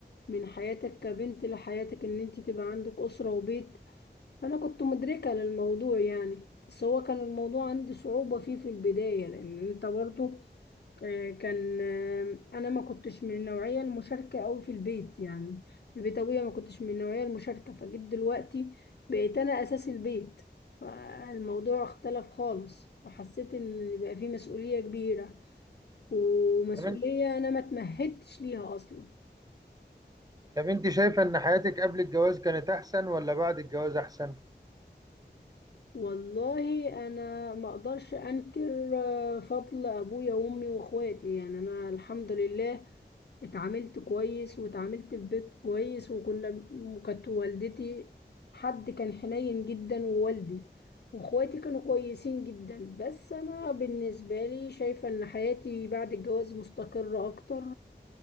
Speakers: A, on the left (about 65°); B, on the right (about 20°).
A: من حياتك كبنت لحياتك ان انت تبقى عندك اسرة وبيت فأنا كنت مدركة للموضوع يعني بس هو كان الموضوع عندي صعوبة فيه في البداية لأن أنت برضو آه، كان آه، أنا ما كنتش من النوعية المشاركة أوي في البيت يعني في البيتوية ما كنتش من النوعية المشاركة فجيت دلوقتي بقيت أنا أساس البيت فالموضوع اختلف خالص وحسيت إن بقى فيه مسؤولية كبيرة ومسؤولية
B: طب انت
A: أنا ما اتمهدتش ليها أصلا
B: طب انت شايفه ان حياتك قبل الجواز كانت احسن ولا بعد الجواز احسن
A: والله انا ما اقدرش انكر آه، فضل ابويا وامي واخواتي يعني انا الحمد لله اتعاملت كويس واتعاملت في بيت كويس وكنا وكانت والدتي حد كان حنين جدا ووالدي واخواتي كانوا كويسين جدا بس انا بالنسبة لي شايفة ان حياتي بعد الجواز مستقرة اكتر